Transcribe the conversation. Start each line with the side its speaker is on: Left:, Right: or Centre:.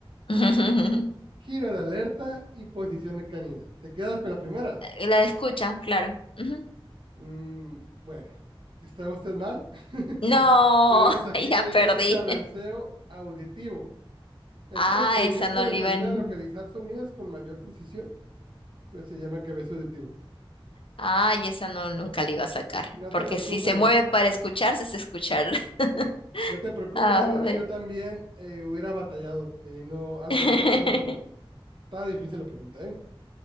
Left: <laughs>
Right: giro de alerta y posición de canina. ¿Te quedas con la primera?
Left: La de escucha, claro. Ujú.
Right: Mm, bueno, está usted mal. <laughs>
Left: No,
Right: Tenemos aquí
Left: <laughs> ya
Right: que
Left: perdí.
Right: es cabeceo auditivo. Este
Left: Ah,
Right: movimiento
Left: esa no
Right: les
Left: la iba
Right: ayuda
Left: en...
Right: a localizar sonidos con mayor precisión, pero se llama cabeceo auditivo.
Left: Ay, esa no, nunca la iba a sacar,
Right: No
Left: porque
Right: te preocupes,
Left: si se mueve para escucharse, es escuchar. <laughs>
Right: sí. No te preocupes,
Left: A
Right: Janina,
Left: ver.
Right: yo también eh, hubiera batallado. eh, no, a lo
Left: <laughs>
Right: mejor me hubiera salido mal. Está difícil la pregunta, ¿eh?